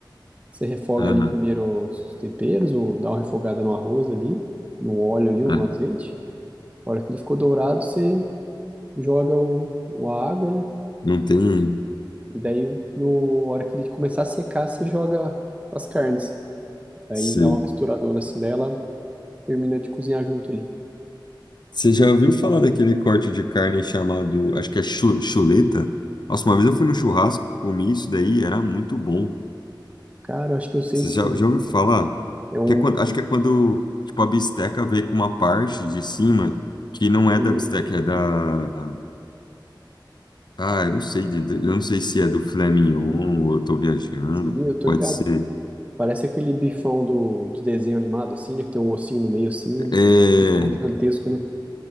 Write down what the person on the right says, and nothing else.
Você refoga
ali primeiro os temperos, ou dá uma refogada no arroz ali, no óleo ali ou
no azeite. A hora que ele ficou dourado, você joga o, o- a água, né?
E daí, no, a hora que ele começar a secar, você joga as carnes. Daí
dá uma misturadona assim dela, termina de cozinhar junto ali.
Cara, eu acho que eu sei
sim.
É um.
Sim,
sim, eu tô
ligado.
Parece aquele bifão do, de desenho animado, assim, né? Que tem um ossinho no meio, assim, um
bifão gigantesco, né?